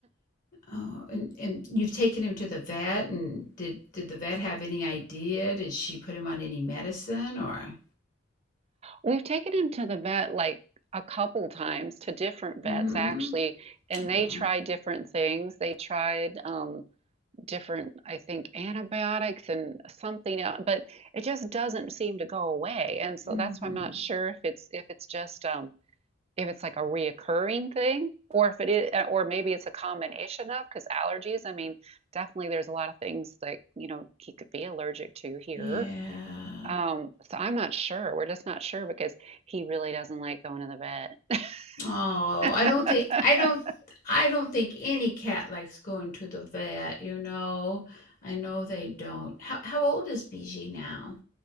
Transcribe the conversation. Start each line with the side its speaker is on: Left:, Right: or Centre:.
Left: oh. And, and you've taken him to the vet, and did did the vet have any idea? Did she put him on any medicine or?
Right: We've taken him to the vet like a couple times to different vets
Left: Mm-hmm.
Right: actually, and
Left: Oh,
Right: they tried different things. They tried um, different, I think, antibiotics and something else, but it just doesn't seem to go away. And so
Left: mm-hmm.
Right: that's why I'm not sure if it's if it's just um, if it's like a reoccurring thing, or if it is, uh, or maybe it's a combination of because allergies. I mean, definitely there's a lot of things that you know he could be allergic to here.
Left: Yeah.
Right: Um, so I'm not sure. We're just not sure because he really doesn't like going to the vet.
Left: Oh,
Right: <laughs>
Left: I don't think I don't I don't think any cat likes going to the vet, you know. I know they don't. How how old is Bijou now?